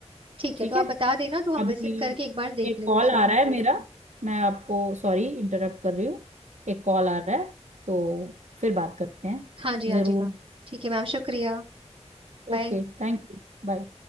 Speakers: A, on the right (about 50°); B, on the right (about 85°).
A: ठीक
B: ठीक
A: है तो आप
B: है
A: बता देना तो हम
B: अभी
A: विजिट करके एक बार देख
B: एक
A: लेंगे
B: कॉल
A: फिर
B: आ रहा है मेरा मैं आपको सॉरी इंटरप्ट कर रही हूँ एक कॉल आ रहा है तो फिर बात करते हैं
A: हाँ जी हाँ
B: जरूर
A: जी मैम ठीक है मैम शुक्रिया बाय
B: Okay thank you बाय